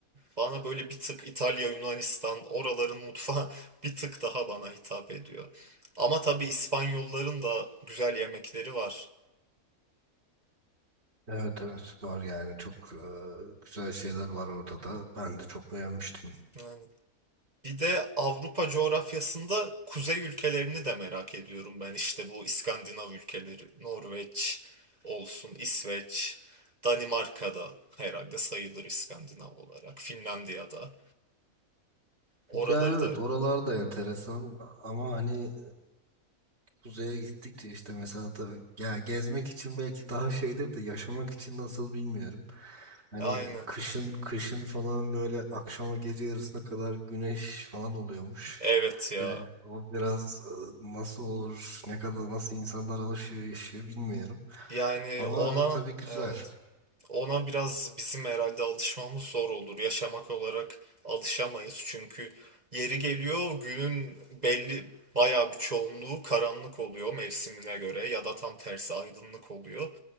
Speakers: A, on the right; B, on the right.
A: bana böyle bir tık İtalya, Yunanistan oraların mutfağı <laughs> bir tık daha bana hitap ediyor. Ama tabii İspanyolların da güzel yemekleri var.
B: Evet evet var yani çok e, güzel şeyler var orada da. Ben de çok beğenmiştim.
A: Yani. Bir de Avrupa coğrafyasında kuzey ülkelerini de merak ediyorum ben. İşte bu İskandinav ülkeleri, Norveç olsun, İsveç, Danimarka'da herhalde sayılır İskandinav olarak, Finlandiya'da. Oraları
B: Ya evet
A: da
B: oralar da enteresan ama hani Kuzeye gittikçe işte mesela tabii ya gezmek için belki daha şeydir de yaşamak için nasıl bilmiyorum. Hani
A: <laughs> aynen.
B: kışın kışın falan böyle akşama gece yarısına kadar güneş falan oluyormuş.
A: Evet ya.
B: Yani o biraz e, nasıl olur, ne kadar nasıl insanlar alışıyor yaşıyor bilmiyorum.
A: Yani
B: Ama
A: ona
B: tabii güzel.
A: evet. Ona biraz bizim herhalde alışmamız zor olur. Yaşamak olarak alışamayız. Çünkü yeri geliyor günün belli bayağı bir çoğunluğu karanlık oluyor mevsimine göre ya da tam tersi aydınlık oluyor.